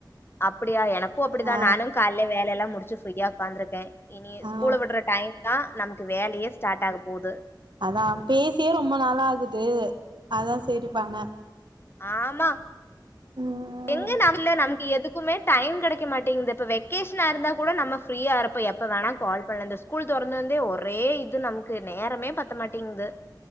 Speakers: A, on the left; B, on the right.
A: அப்புடியா எனக்கு அப்டிதா
B: ஆ
A: நானு காலைல வேலையெல்லா முடிச்சு ஃப்ரீயா உக்காந்துருக்கே இனி
B: ஆ
A: ஸ்கூல விட்ற டைம் தா நமக்கு வேலையே ஸ்டார்ட் ஆக போது
B: அதா பேசியே ரொம்ப நாளா ஆகுது அதா சரி பண்னே
A: ஆமா
B: ம்
A: எங்க நமல நமக்கு எதுக் க்குமே டைம் கெடைக்க மாட்டேங்குது இப்ப வெக்கேஷனா இருந்தாக் கூட நம்ம ஃபிரீயா இருப்போ எப்ப வேனா கால் பண்லா இந்த ஸ்கூல் தொ தொறந்துருந்தே ஒரே இது நமக்கு நேரமே பத்த மாட்டேங்கிது